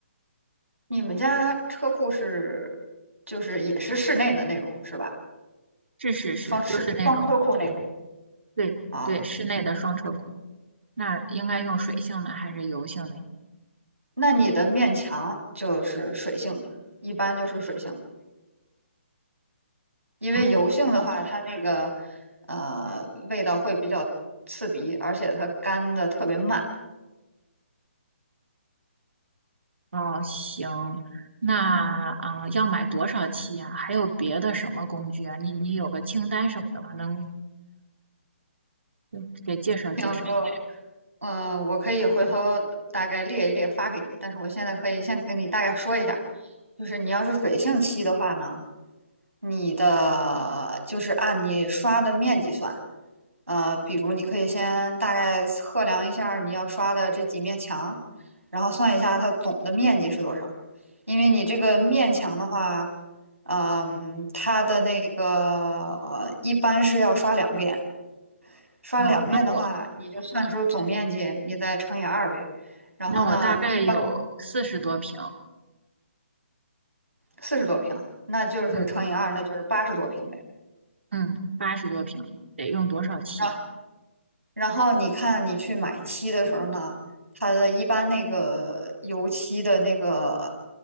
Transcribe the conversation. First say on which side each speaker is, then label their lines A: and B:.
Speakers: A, on the right; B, on the right.
A: 你们家车库是就是也是室内的那种是吧？
B: 是是是，
A: 双室双车库那种
B: 就是那种。嗯。对对，
A: 啊？
B: 室内的双车库，那应该用水性的还是油性的呀？
A: 那你的面墙就是水性的，一般就是水性的。因为油性的话，
B: 哦，
A: 它那个呃味道会比较刺鼻，而且它干的特别慢。
B: 哦，行，那啊、呃要买多少期呀、还有别的什么工具啊？你你有个清单什么的吗？能嗯给介绍介绍？
A: 然后，嗯、呃我可以回头大概列一列发给你，但是我现在可以先跟你大概说一下，就是你要是水性漆的话呢，你的就是按你刷的面积算，呃，比如你可以先大概测量一下你要刷的这几面墙，然后算一下它总的面积是多少。因为你这个面墙的话，嗯，它的那个呃一般是要刷两遍，刷两遍的话，
B: 哦，那我
A: 你就算出总面积，你再乘以二呗。然后呢，
B: 那我大概有四十多平，
A: 一般四十多平，那就是乘以二，
B: 嗯
A: 那就是八十多平呗。
B: 嗯，八十多平，得用多少期啊？
A: 然后，然后你看你去买漆的时候呢，它的一般那个油漆的那个